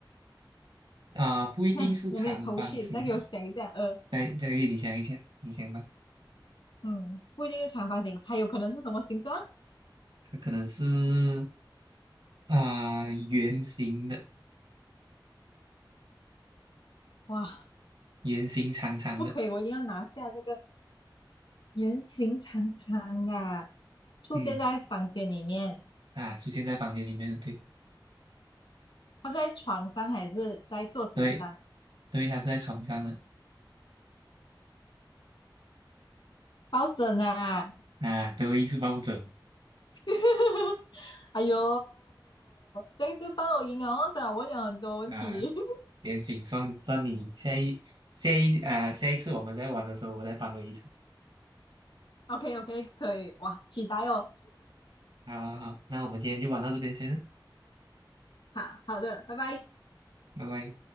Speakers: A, on the right (about 80°); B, on the left (about 75°).
A: 啊、不一定是长方形的，
B: 哼，我没有头绪，再给我想一下。呃，
A: 再再给你想一下，你想吧，
B: 嗯，不一定是长方形，它有可能是什么形状？
A: 可能是。啊、圆形的，
B: 哇，
A: 圆形长长的，
B: 不可以，我一定要拿下这个圆形长长的啊出现在房间里面。
A: 嗯啊，出现在房间里面的，对
B: 他在床上还是在桌子上
A: 对对，它是在床上的
B: 抱枕啊？
A: 啊，对，是抱枕
B: <laughs> 哎呦，这样就算我赢了哦，虽然我讲很多问题。
A: 啊，
B: <laughs>
A: 严谨算算你下一下一啊、下一次我们在玩的时候，我再搬回一场。
B: OK OK，可以哇，期待哦。
A: 好好好，那我们今天就玩到这边先，
B: 好好的，拜拜。
A: 拜拜。